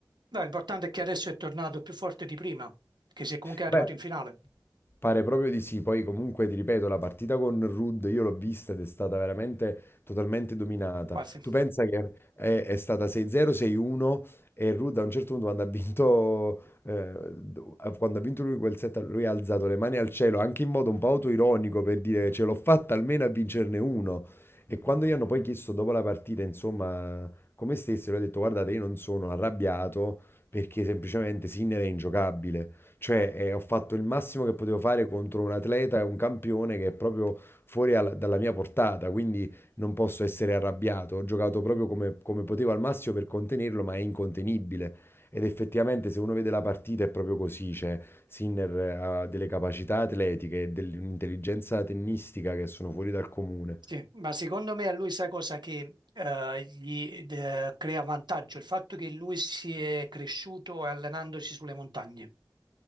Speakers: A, on the right; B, on the left.
A: No, l'importante è che adesso è tornato più forte di prima, che se comunque è
B: Beh.
A: arrivato in finale,
B: Pare proprio di sì, poi comunque ti ripeto, la partita con Rudd io l'ho vista ed è stata veramente totalmente dominata.
A: quasi.
B: Tu pensa che è, è stata 6-0, 6-1 e Rudd a un certo punto quando ha vinto, eh, quando ha vinto lui quel set, lui ha alzato le mani al cielo, anche in modo un po' autoironico per dire ce l'ho fatta almeno a vincerne uno. E quando gli hanno poi chiesto dopo la partita, insomma, come stessero, ha detto guardate, io non sono arrabbiato perché semplicemente Sinner è ingiocabile. Cioè, eh, ho fatto il massimo che potevo fare contro un atleta e un campione che è proprio fuori al- dalla mia portata, quindi non posso essere arrabbiato. Ho giocato proprio come, come potevo al massimo per contenerlo, ma è incontenibile. Ed effettivamente, se uno vede la partita, è proprio così. Cioè, Sinner eh, ha delle capacità atletiche e dell'intelligenza tennistica che sono fuori dal comune.
A: Sì, ma secondo me a lui sai cosa che eh, gli eh, crea vantaggio? Il fatto che lui si è cresciuto allenandosi sulle montagne.